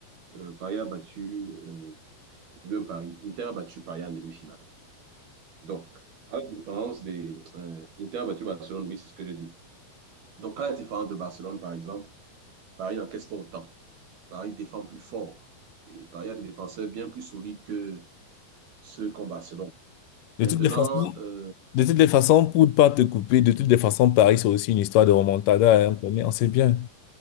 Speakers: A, on the right; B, on the left.
A: euh, Paris a battu, euh, lui, Paris, Inter a battu Paris en demi-finale. Donc, à la différence des... euh, Inter a battu Barcelone, oui, c'est ce que j'ai dit. Donc, à la différence de Barcelone, par exemple, Paris n'encaisse pas autant. Paris défend plus fort. Et Paris a des défenseurs bien plus solides que ceux qu'ont Barcelone. Maintenant,
B: De toutes les Bon, façons,
A: euh,
B: de toutes les façons, pour ne pas te couper, de toutes les façons, Paris, c'est aussi une histoire de remontada, hein, on connaît, on sait bien.